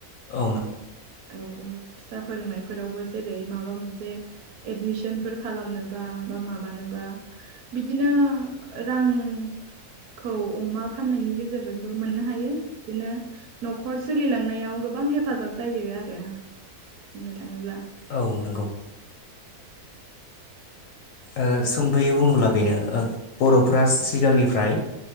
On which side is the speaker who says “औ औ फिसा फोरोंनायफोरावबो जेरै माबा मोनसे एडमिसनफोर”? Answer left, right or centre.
Right